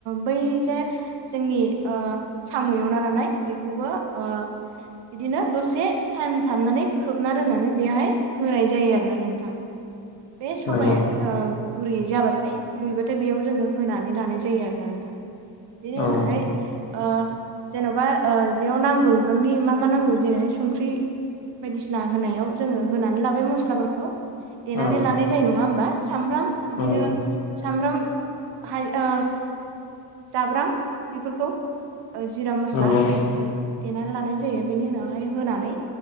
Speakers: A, on the right; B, on the left.
A: बै जे जोंनि ओ साम' एवना लानाय बेखौबो ओ बिदिनो दसे टाइम थाबनानै खोबना दोननानै बेवहाय होनाय जायो आरोना नोंथां। बे सबाया
B: नंगौ
A: ओ गुरैयै जाबाथाय, रुइबाथाय बेयाव जोङो होनानै लानाय जायो आरोना नोंथा। बि उनावहाय
B: औ
A: ओ जेन'बा ओ बेयाव नांगौ बिबांनि मा- मा नांगौ जेरैहाय संख्रि बायदिसिना होनायाव जोङो होनानै लाबाय मस्लाफोरखौ देनानै
B: औ
A: लानाय जायो नङा होमबा? सामब्राम बिदिनो
B: नंगौ
A: सामब्राम हाय ओ जाब्रां बेफोरखौ जिरा मस्ला
B: नंगौ
A: बायदिखौ देनानै लानाय जायो। बेनि उनावहाय होनानै